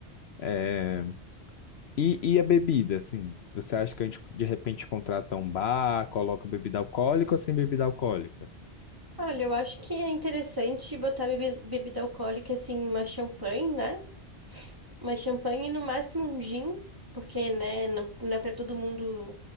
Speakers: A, on the left; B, on the right.
A: É, e, e a bebida, assim? Você acha que a gente de repente contrata um bar, coloca bebida alcoólica ou sem bebida alcoólica?
B: Olha, eu acho que é interessante botar bebe- bebida alcoólica assim, uma champanhe, né? Uma champanhe e no máximo um gin, porque, né, não, não é para todo mundo